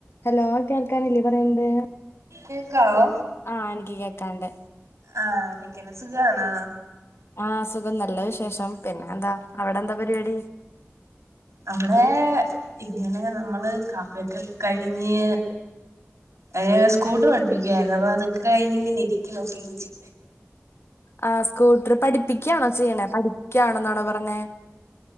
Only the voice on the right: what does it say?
കേൾക്കാവോ?
ആഹ് കേക്ക്ണ് സുഖാണോ?
അവിടെ ഇങ്ങനെ നമ്മള് കാപ്പിയൊക്കെ കഴിഞ്ഞ് ഏ സ്കൂട്ടർ പഠിപ്പിക്യാര്ന്ന് അപ്പൊ അതൊക്കെ കഴിഞ്ഞ് ഇങ്ങനെ ഇരിക്യാ ക്ഷീണിച്ച്.